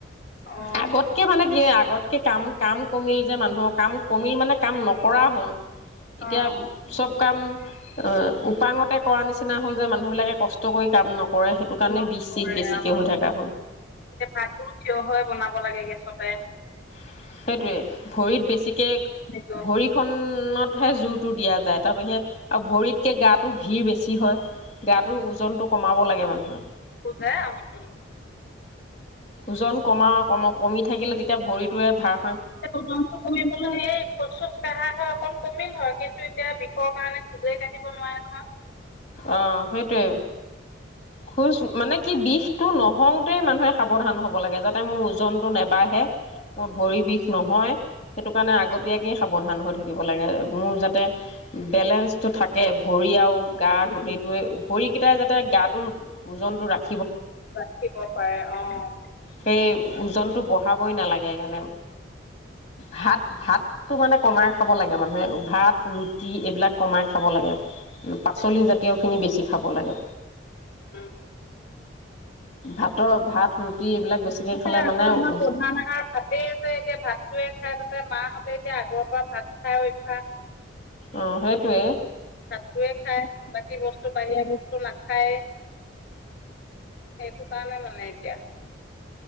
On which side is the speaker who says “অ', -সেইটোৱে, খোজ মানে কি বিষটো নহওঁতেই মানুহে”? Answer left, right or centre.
Left